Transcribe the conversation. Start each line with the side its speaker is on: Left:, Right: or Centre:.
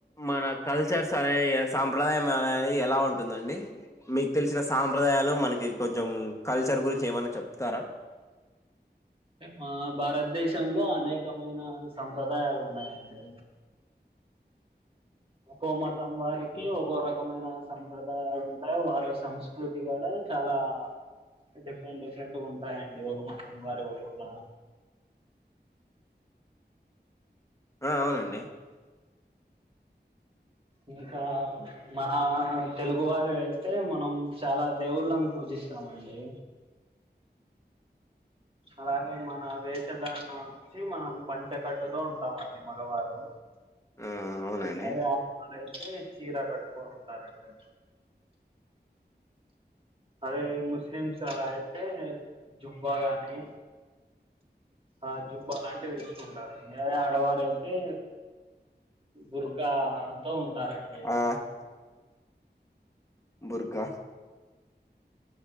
Left: మన కల్చర్స్ సరే ఇక సాంప్రదాయం అనేది ఎలా ఉంటుందండి మీకు తెలిసిన సాంప్రదాయాలు మనకి కొంచెం కల్చర్ గురించి ఏమన్నా చెప్తారా
Right: అంటే మా భారతదేశంలో అనేకమైన సంప్రదాయాలు ఉన్నాయండి ఒక్కో మతం వారికి ఒకో రకమైన సంప్రదాయాలు ఉంటాయి వారి సంస్క సంస్కృతి కూడా చాలా డిఫరెంట్ డిఫరెంట్గ ఉంటాయండి ఒక మతం వారి ఒకలా
Left: అ అవునండి <inaudible>
Right: ఇంకా మన తెలుగువారి అయితే మనం చాలా దేవుళ్ళని పూజిస్తామండి అలాగే మన వేషధారణ వచ్చి మనం పంచకట్టుతో ఉంటామ అండి మగవారు
Left: ఆ అవునండి
Right: అదే ఆడ వారయితే చీర కట్టుకొని ఉంటారండి అదే ముస్లిమ్స్ అలా అయితే జుబ్బా గాని ఆ జుబ్బా లాంటివి వేసుకుంటారండి అదే ఆడవారయితే బురకా తో ఉంటారండి
Left: ఆ బుర్గా